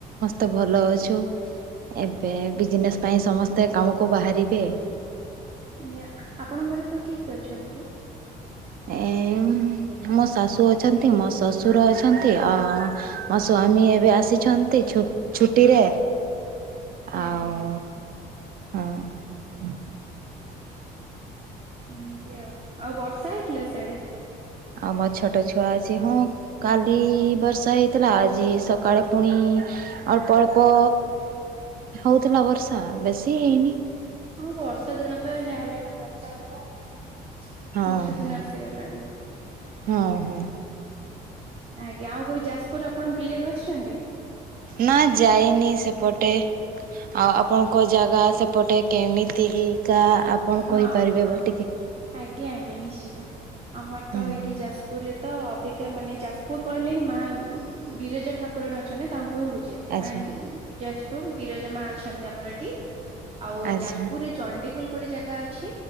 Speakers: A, on the right (about 55°); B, on the right (about 35°).
A: ତ ଭଲ ଅଛୁ। ଏବେ ବିଜିନେସ୍ ପାଇଁ ସମସ୍ତେ କାମକୁ ବାହାରିବେ।
B: ଆଜ୍ଞା ଆପଣଙ୍କ ଘରେ ସବୁ କିଏ କିଏ ଅଛନ୍ତି କି।
A: ଏଁମ୍ ମୋ ଶାଶୁ ଅ ନ୍ତି ମୋ ଶଶୁର ଅଛନ୍ତି ଆଉ ମୋ ସ୍ଵାମୀ ଏ ଏବେ ଆସିଛନ୍ତି ଛୁ ଛୁଟିରେ। ଆଉ
B: ଆଜ୍ଞା ଆଜ୍ଞା
A: ହଁ।
B: ଏମିତି ଆଉ ଆଉ ବର୍ଷା ହେଇଥିଲା ସିଆଡେ।
A: ଆଉ ମୋ ଛୋଟୋ ଛୁଆ ଅଛି ହଁ କାଲି ବର୍ଷା ହେଇଥିଲା ଆଜି ସକାଳେ ପୁଣି ଅଳ୍ପ ଅଳ୍ପ ହୋଉଥିଲା ବର୍ଷା ବେଶୀ ହେଇନି।
B: ହଁ ବର୍ଷା ଦିନ ତ ଏ ଯାହା ହେଲେ ଏବେ ବର୍ଷା ହବ ଆଉ।
A: ହଁ
B: ବର୍ଷା
A: ହଁ
B: ଦିନ ଆସିଗଲାଣି।
A: ହଁ ହଁ
B: ଆଜ୍ଞା ଆଉ କେବେ ଯାସପୁର ଆପଣ ବୁଲିବାକୁ ଆସୁଛନ୍ତି।
A: ନା ଯାଇନି ସେପଟେ ଆ ପଣଙ୍କ ଜାଗା ସେପଟେ କେମିତିହିକା ଆପଣ
B: ହଁ
A: କହିପାରିବେ
B: ଆଉ
A: ଟିକେ।
B: ଆଜ୍ଞା ଆଜ୍ଞା ନିଶ୍ଚିତ ଆମର ତ
A: ହୁଁ
B: ଏଇଠି ଯାସପୁରରେ ତ ଅଧିକା ମାନେ ଯାସପୁର କହିଲେ ହିଁ ମା ଉଁ ବିରଜା ଠାକୁରଣୀ ଅଛନ୍ତି ତା ଙ୍କୁ ହିଁ ବୁଝେ
A: ଆଚ୍ଛା
B: କାହିଁ ଯାଜପୁର ବିରଜା ମା ଅଛନ୍ତି ଆମର ଏଠି
A: ଆଚ୍ଛା
B: ଆଉ ଯାସପୁରରେ ଚଣ୍ଡିଖୋଲ ଗୋଟେ ଜାଗା ଅଛି